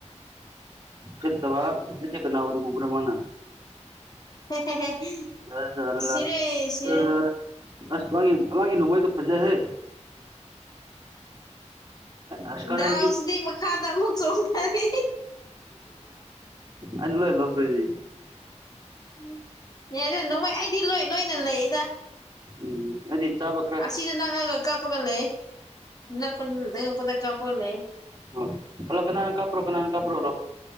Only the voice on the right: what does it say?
ꯁꯤꯠꯇꯥꯕ ꯑꯩꯁꯦ ꯀꯅꯥ ꯑꯣꯏ ꯎꯕ꯭ꯔꯥ ꯃꯥꯅ
<unintelligible>
ꯑꯁ ꯃꯥꯒꯤ ꯃꯥꯒꯤ ꯅꯣꯡꯃꯩꯗꯨ ꯐꯖꯩꯍꯦ ꯑꯁ ꯀꯔꯦꯜꯒꯤ
ꯑꯩꯅ ꯂꯣꯏ ꯂꯧꯒ꯭ꯔꯥꯅꯤ
ꯎꯝ ꯑꯩꯗꯤ ꯆꯥꯕꯛ
ꯑꯣ ꯍꯜꯂꯣ ꯀꯅꯥꯅ ꯀꯄ꯭ꯔꯣ ꯀꯅꯥꯅ ꯀꯄ꯭ꯔꯣ ꯔꯣ